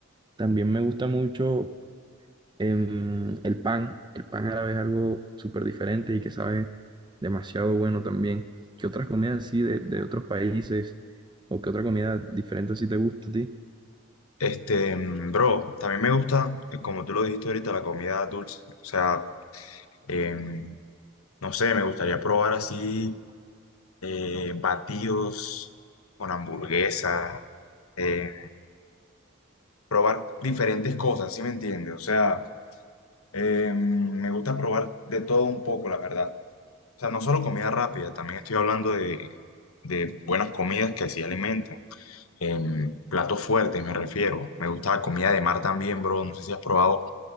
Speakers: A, on the right; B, on the left.
A: también me gusta mucho. Em, el pan, el pan árabe es algo súper diferente y que sabe demasiado bueno también. ¿Qué otras comidas así de, de otros países o qué otra comida diferente así te gusta a ti?
B: Este, mm, bro, también me gusta, eh, como tú lo dijiste ahorita, la comida dulce. O sea, em, no sé, me gustaría probar así eh, batidos con hamburguesa, eh, probar diferentes cosas, ¿sí me entiendes? O sea, em, me gusta probar de todo un poco, la verdad. O sea, no solo comida rápida, también estoy hablando de, de buenas comidas que sí alimentan. Em, platos fuertes me refiero. Me gusta la comida de mar también, bro. No sé si has probado